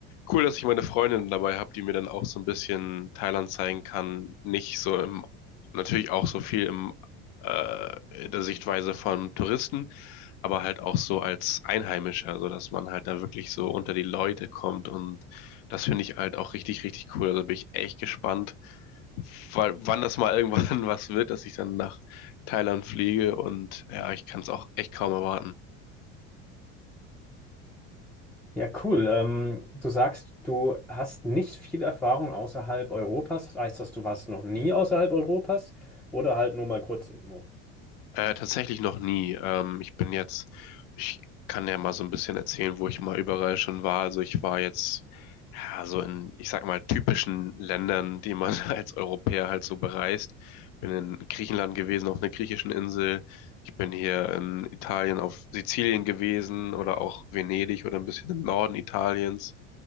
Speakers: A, on the left; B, in the centre.
A: cool, dass ich meine Freundin dabei habe, die mir dann auch so ein bisschen Thailand zeigen kann. Nicht so im, natürlich auch so viel im, äh, in der Sichtweise von Touristen aber halt auch so als Einheimischer, so dass man halt da wirklich so unter die Leute kommt und das finde ich halt auch richtig, richtig cool. Also bin ich echt gespannt, weil, wann das mal <laughs> irgendwann was wird, dass ich dann nach Thailand fliege und ja, ich kann es auch echt kaum erwarten.
B: Ja, cool. Ähm, du sagst, du hast nicht viel Erfahrung außerhalb Europas. Heißt das, du warst noch nie außerhalb Europas oder halt nur mal kurz irgendwo?
A: Äh, tatsächlich noch nie. Ähm, ich bin jetzt, ich kann ja mal so ein bisschen erzählen, wo ich mal überall schon war. Also ich war jetzt ja, so in, ich sag mal, typischen Ländern, die man <laughs> als Europäer halt so bereist. Bin in Griechenland gewesen, auf einer griechischen Insel. Ich bin hier in Italien auf Sizilien gewesen oder auch Venedig oder ein bisschen im Norden Italiens.